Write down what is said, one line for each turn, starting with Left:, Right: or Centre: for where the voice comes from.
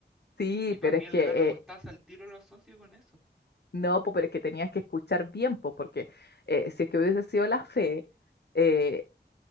Left: Sí,
Centre: Y para
Left: pero
Centre: mí
Left: es
Centre: el
Left: que,
Centre: grano de mostaza
Left: eh,
Centre: al tiro lo asocio con eso.
Left: no, po, pero es que tenías que escuchar bien, po, porque eh, si es que hubiese sido la fe, eh,